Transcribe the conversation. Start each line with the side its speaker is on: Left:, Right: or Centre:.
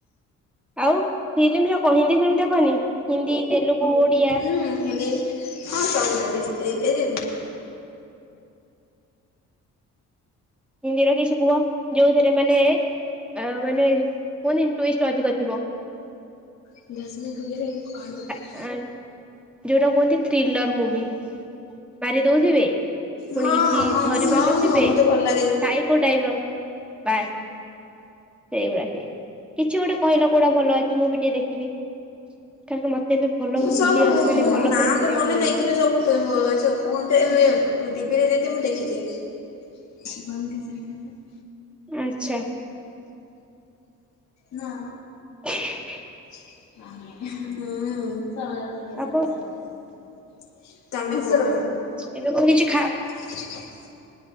Centre: ଆଉ ଫିଲ୍ମ ର କଣ ହିନ୍ଦୀ ଫିଲ୍ମ ଦେଖନି ହିନ୍ଦୀ ତେଲୁଗୁ ଓଡିଆ?
Left: ହୁଁ ହିନ୍ଦୀ ହଁ ସବୁ ଦେଖେଛି <unintelligible>
Centre: ହିନ୍ଦୀରେ କିଛି କୁହ ଯୋଉଥିରେ ମାନେ ମାନେ କୁହନ୍ତିନି ଟୁଇଷ୍ଟ ଅଧିକ ଥିବ?
Left: <unintelligible>
Centre: ଆ ଯୋଉଟା କୁହନ୍ତି କିଲର ମୁଭି ମାରି ଦଉଥିବେ, ପୁଣି
Left: ହଁ
Centre: କିଛି
Left: ହଁ
Centre: ଧରିପାରୁ
Left: ହଁ
Centre: ନଥିବେ
Left: ହଁ ମତେ ଭଲ ଲାଗେ।
Centre: ସାଇକୋ ଟାଇପର ବାସ୍। ସେଇଭଳିୟା ସିଏ କିଛି ଗୋଟେ କହିଲ କୋଉଟା ଭଲ ଅଛି ମୁଁ ବି ଟିକେ ଦେଖିବି। କାରଣ ମତେ ଏବେ ଭଲ ମୁଭି
Left: ସବୁ
Centre: ଆଉ ମାନେ ଭଲ
Left: ନାଁ
Centre: ଫିଲ୍ମ ମତେ
Left: ତ ମନେ
Centre: ଆଉ ମିଳୁନି
Left: ନାହିଁ କିନ୍ତୁ ସବୁ ତେଣୁ ଆଛା କୁହନ୍ତି ଆମେ ଉଁ ଟିଭିରେ ଦେଇଥିବ ମୁଁ ଦେଖିକି <unintelligible>
Centre: ଆଚ୍ଛା।
Left: ନା।
Centre: ଥ୍ରୀଡ଼ି
Left: ହୁଁ।
Centre: ଆଉ କଣ
Left: <inaudible>
Centre: ଏବେ କଣ କିଛି ଖାଅ
Left: ଚି ଚି ଚିଉଁ